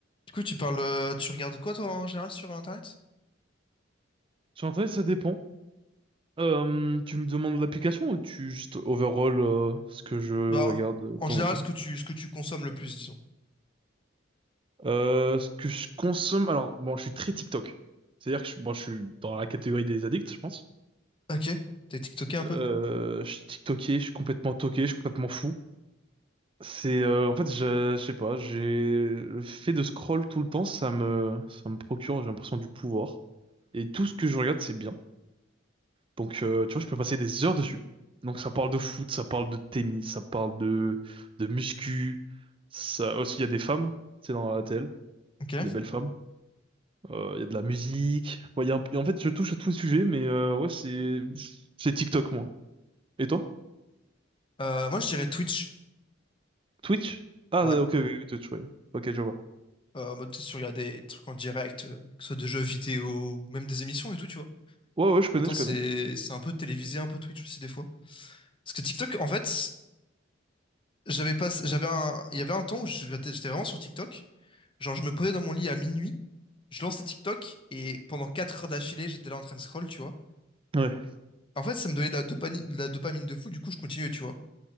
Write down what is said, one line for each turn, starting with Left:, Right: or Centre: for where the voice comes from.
Left: Du coup, tu parles, euh, tu regardes quoi toi en général sur Internet?
Right: Sur Internet, ça dépend. Euh, tu me demandes l'application ou tu juste overall euh, ce que je
Left: Bah,
Right: regarde euh,
Left: en
Right: de temps
Left: général,
Right: en temps?
Left: ce que tu, ce que tu consommes le plus, disons.
Right: Euh, ce que je consomme, alors bon, je suis très TikTok. C'est-à-dire que je, bon, je suis dans la catégorie des addicts, je pense.
Left: Ok. T'es TikToké un
Right: Euh,
Left: peu?
Right: je suis TikToké, je suis complètement toqué, je suis complètement fou. C'est euh, en fait, je, je sais pas, j'ai le fait de scroll tout le temps, ça me ça me procure, j'ai l'impression du pouvoir. Et tout ce que je regarde, c'est bien. Donc, euh, tu vois, je peux passer des heures dessus. Donc, ça parle de foot, ça parle de tennis, ça parle de, de muscu. Ça aussi, il y a des femmes, c'est dans la télé,
Left: Ok.
Right: des belles femmes. Euh, Il y a de la musique. Ouais, il y a un peu- En fait, je touche à tous les sujets, mais euh, ouais, c'est c'est TikTok, moi. Et toi?
Left: Euh, moi, je dirais Twitch.
Right: Twitch? Ah,
Left: Ouais.
Right: euh, ok, ok, ok, Twitch, ouais. Ok, je vois.
Left: Euh, en mode, tu sais, tu regardes des trucs en direct, euh, que ce soit de jeux vidéo, ou même des émissions et tout, tu vois.
Right: Ouais, ouais, je connais,
Left: Attends,
Right: je
Left: c'est,
Right: connais.
Left: c'est un peu télévisé, un peu Twitch aussi des fois. Parce que TikTok, en fait, j'avais pas, j'avais un, il y avait un temps où je- j'étais vraiment sur TikTok. Genre, je me posais dans mon lit à minuit, je lançais TikTok et pendant 4 heures d'affilée, j'étais là en train de scroll, tu vois.
Right: Ouais.
Left: En fait, ça me donnait de la dopamine, de la dopamine de fou, du coup, je continuais, tu vois.